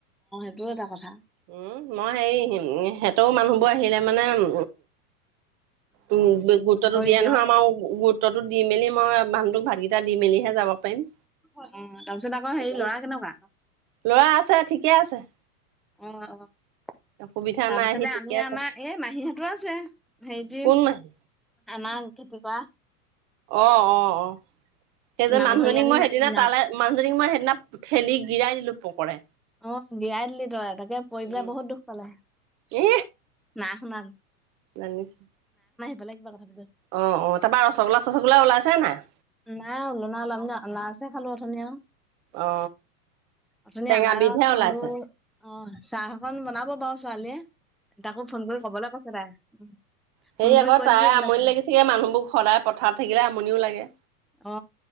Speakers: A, in the centre; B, on the right (about 40°).
A: সেইটো এটা কথা।
B: উম, মই হেৰি সিহঁতৰ মানুহবোৰ আহিলে মানে উম, উম, গুৰুত্বটো
A: কৰি
B: দিয়ে
A: দিয়ক
B: নহয় আমাৰ গুৰুত্বটো দি মেলি মই মানুহটোক ভাতকেইটা দি মেলিহে যাব পাৰিম।
A: অ', তাৰ পিছত আকৌ
B: সেইকাৰণে
A: হেৰি লৰা কেনেকুৱা?
B: লৰা আছে ঠিকে আছে।
A: অ', অ', তাৰপিছতে
B: অসুবিধা নাই সি ঠিকে
A: আমি
B: আছে
A: আমাৰ এই মাহীহঁতৰ আছে হেৰি কি
B: কোন মাহী
A: আমাৰ খেতি কৰা
B: অ', অ', অ', সেই যে
A: নামঘৰীয়ানী
B: মানুহজনীক মই সেদিনা
A: নাম
B: তালে মানুহজনীক মই সেইদিনা ঠেলি গিৰাই দিলোঁ পকৰে
A: অ', বিয়াই দিলি তই তাকে পৰি
B: উম
A: পেলাই বহুত দুখ পালে।
B: এ
A: না না
B: আনিছোঁ।
A: বেলেগ এটা কথা
B: অ', অ', তাৰ পৰা ৰসগোল্লা চচগোল্লা ওলাইছে নাই?
A: নাই ওলোৱা, নাই ওলোৱা আমি আৰু আনাৰস হে খালোঁ উঠনি আওঁ।
B: অ
A: উঠনি
B: টেঙা
A: আনাৰস
B: বিধহে ওলাইছে
A: খালোঁ অ' চাহ অকন বনাব বাৰু ছোৱালীয়ে তাকো ফোন কৰি কবলৈ কৈছে তাই।
B: সে
A: ফোন কৰি
B: আকৌ
A: কৈ
B: তাই
A: দিবি বোলে
B: আমনি
A: চাহ
B: লাগিছেগে মানুহবোৰ সদায় পথাৰত থাকিলে আমনিও লাগে।
A: অ